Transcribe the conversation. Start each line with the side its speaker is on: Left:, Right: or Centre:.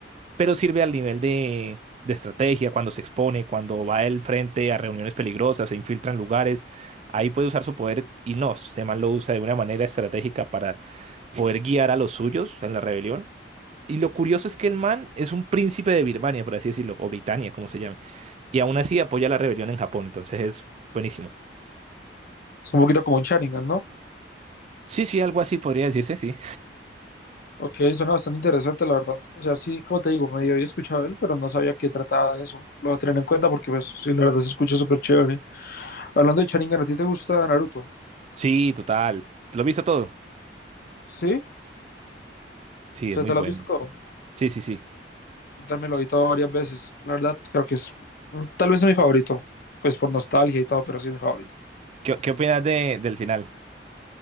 Right: pero sirve al nivel de, de estrategia, cuando se expone, cuando va él frente a reuniones peligrosas, se infiltra en lugares, ahí puede usar su poder y no, Seman lo usa de una manera estratégica para poder guiar a los suyos en la rebelión. Y lo curioso es que el man es un príncipe de Birmania, por así decirlo, o Britania, como se llame, y aún así apoya la rebelión en Japón, entonces es buenísimo.
Left: un poquito como un Sharingan, ¿no?
Right: Sí, sí, algo así podría decirse, sí.
Left: Ok, suena bastante interesante, la verdad. O sea, sí, como te digo, medio había escuchado de él, pero no sabía qué trataba de eso. Lo voy a tener en cuenta porque, pues, sí, la verdad se escucha súper chévere. Hablando de Sharingan, ¿a ti te gusta Naruto?
Right: Sí, total. lo has visto todo?
Left: ¿Sí? O
Right: Sí,
Left: sea,
Right: es muy
Left: ¿te
Right: bueno.
Left: lo has visto todo?
Right: Sí, sí, sí.
Left: Yo también lo he visto varias veces. La verdad, creo que es mm, tal vez es mi favorito, pues por nostalgia y todo, pero sí es mi favorito.
Right: ¿Qué, qué opinas de, del final?